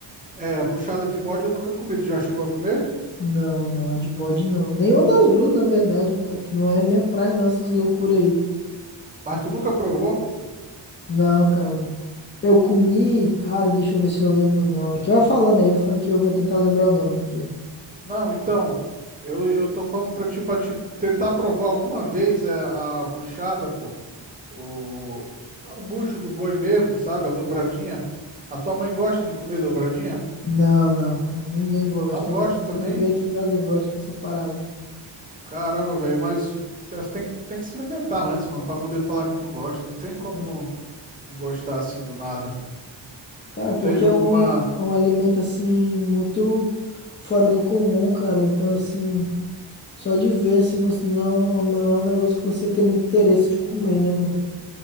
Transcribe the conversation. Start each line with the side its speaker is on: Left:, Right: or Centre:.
Right: É, a buchada de bode eu nunca comi. Tu já chegou a comer?
Left: Não, não. A de bode não. Nenhuma das duas, na verdade, cara. Que não é minha praia, não, essas loucuras aí.
Right: Mas tu nunca provou?
Left: Não, cara. Eu comi, cara, deixa eu ver se eu lembro o nome aqui. Vai falando aí, vai falando que eu vou tentar lembrar o nome aqui.
Right: Não, então, eu, eu tô falando pra ti, pra te tentar provar alguma vez é, a buchada, pô. O, o bucho do boi mesmo, sabe? A dobradinha. A tua mãe gosta de comer dobradinha?
Left: Não, não, cara. Ninguém gosta,
Right: Não gosta
Left: ó.
Right: também?
Left: Ninguém aqui em casa gosta dessa parada.
Right: Caramba, velho, mas tem, você tem que, tem que experimentar antes, mano, pra poder falar que não gosta. Não tem como
Left: Não.
Right: não, não gostar assim do nada.
Left: Cara,
Right: Tu
Left: porque
Right: teve
Left: é
Right: alguma.
Left: um, é um alimento, assim, muito fora do comum, cara. Então, assim, só de ver, assim, você não, não é um negócio que você tem muito interesse de comer, né, mano?